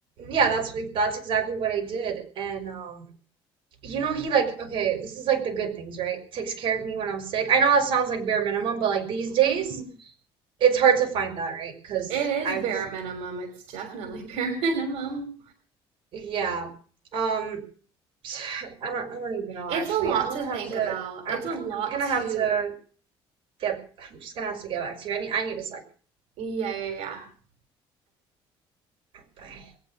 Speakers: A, on the right; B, on the right.
A: Yeah, that's that's exactly what I did. And um you know he like okay, this is like the good things, right? Takes care of me when I'm sick. I know that sounds like bare minimum, but like these
B: <laughs>
A: days it's hard to find that, right? 'Cause
B: it is
A: I've
B: bare minimum. It's definitely <laughs> bare minimum.
A: yeah. Um <sighs> I don't I don't even know
B: It's
A: actually.
B: a lot
A: I'm gonna
B: to think
A: have to
B: about.
A: I'm
B: It's a
A: I'm
B: lot
A: gonna have
B: to
A: to get I'm just gonna have to get back to you. I need I need a second.
B: yeah, yeah, yeah.
A: Bye.